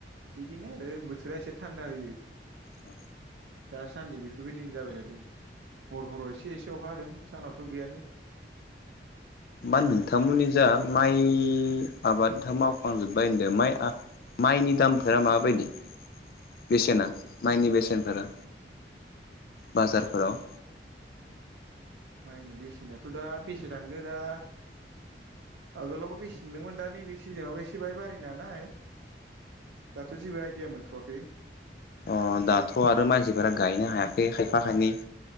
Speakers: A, on the right; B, on the left.
A: बिदिनो आरो बोथोरा एसे थान्दा होयो।
B: अ।
A: दासान्दि बेफोरबायदिनो जाबाय थादों हर हराव एसे एसे अखा हादों सानावथ' गैयानो।
B: मा नोंथांमोननि जा माइ आबादा मावखांजोब्बाय होनदों माइ माइनि दामफोरा माबायदि बेसेना माइनि बेसेनफोरा? बाजारफोराव
A: माइनि बेसेनाथ' दा बेसे थांखो दा आगोलावबो बेसे मोनदोंमोन दा नैबे सिजोनाव एसे बाय बारिनो हानाय। दाथ' जेबो आइडिया मोनथ'वाखै।
B: अ' दाथ' आरो मानसिफोरा गायनो हायाखै खायफा खायनै